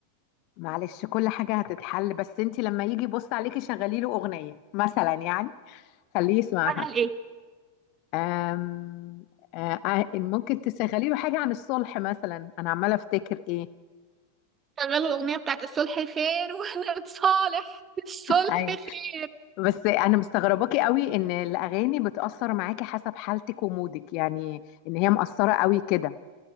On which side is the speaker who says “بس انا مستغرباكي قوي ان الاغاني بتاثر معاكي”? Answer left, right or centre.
Left